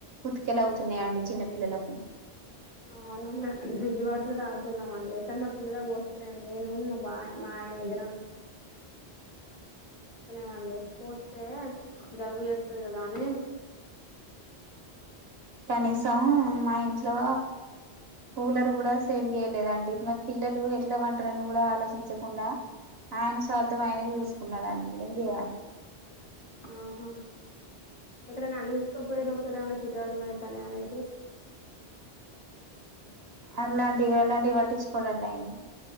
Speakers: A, on the right (about 65°); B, on the left (about 40°).
A: ఉతికెలు అవుతున్నాయండి చిన్నపిల్లలకు
B: ఆ ఫ్రిడ్జ్ వాటర్ తాగుతున్నాం అండి కానీ మా పిల్లకి వస్తున్నాం నేను మా బా మా ఆయనయి మల్లి పోస్తే జలుబు చేస్తుంది కదాని
A: కనీసం మా ఇంట్లో కూలర్ కూడా సరి చేయలేదండి మరి పిల్లలు ఎట్లా ఉంటారని కూడా ఆలోచించకుండా ఆయన స్వార్థంమయినా చూసుకున్నాడండి ఏం చెయాలి
B: ఆహా ఎక్కడ అడిగి చూసి చూపించుకో పోయారు ఎక్కడనైనా చికాకులైతేనే
A: అలాంటివి అలాంటివి పట్టించుకోవధండి ఆయన